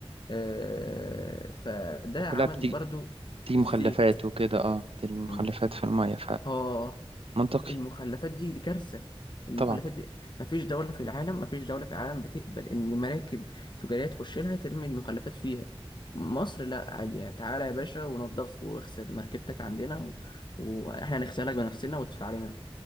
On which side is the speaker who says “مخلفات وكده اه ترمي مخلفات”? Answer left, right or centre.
Right